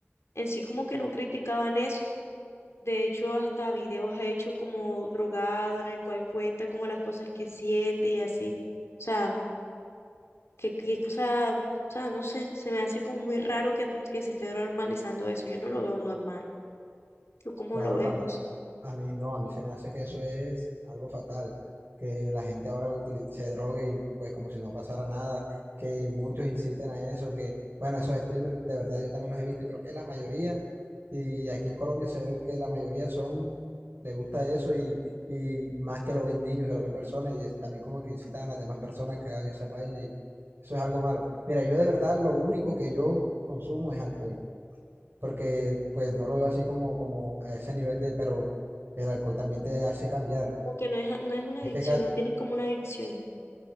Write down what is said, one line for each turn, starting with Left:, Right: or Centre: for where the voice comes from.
Left: en sí como que no criticaban eso. De hecho, hasta videos ha hecho como drogado en el cual cuenta como las cosas que siente y así. O sea, que, que cosa, o sea, no sé, se me hace como muy raro que, que se esté normalizando eso. Yo no lo veo normal. ¿Tú cómo
Right: Claro,
Left: lo ves?
Right: para mí,
Left: No
Right: ta-
Left: sé.
Right: a mí no, a mí se me hace que eso es algo fatal, que la gente ahora utili- se drogue y pues como si no pasara nada, que muchos inciten a eso, que bueno, esos streamers de verdad yo también los he visto y creo que la mayoría, y aquí en Colombia se ve que la mayoría son, le gusta eso y, y más que lo ven niños, que lo ven personas y es también como que incitan a las demás personas que hagan esa vaina y eso es algo malo. Mira, yo de verdad lo único que yo consumo es alcohol porque pues no lo veo así como, como a ese nivel de, pero el alcohol también te hace cambiar.
Left: Como que no es, no es una
Right: Es
Left: adicción,
Right: que, Kat,
Left: no tienes como una adicción.